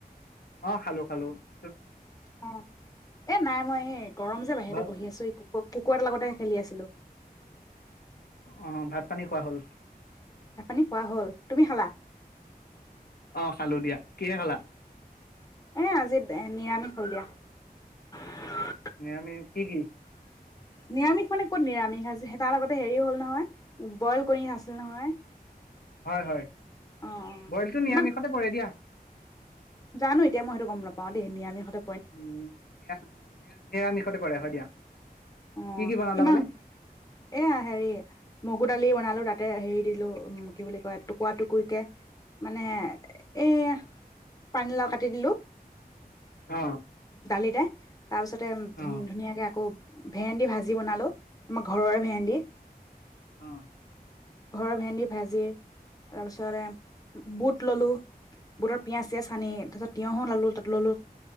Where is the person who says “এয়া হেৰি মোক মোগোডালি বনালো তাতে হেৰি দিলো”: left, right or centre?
Left